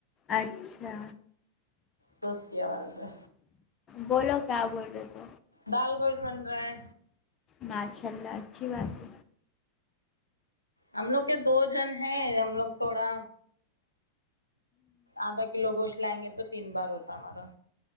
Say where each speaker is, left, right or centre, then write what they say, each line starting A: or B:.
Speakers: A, on the left; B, on the left.
A: اچھا
B: تو اس کی آواز ہے
A: بولو کیا بول رہے تھے
B: دال گوش بنرا ہا ہے
A: ماشاء اللہ اچھی بات ہے
B: ہم لوگ کے دو جن ہیں ہم لوگ تھوڑا آدھا کلو گوشت لائیں گے تو تین بار ہوتا ہمارا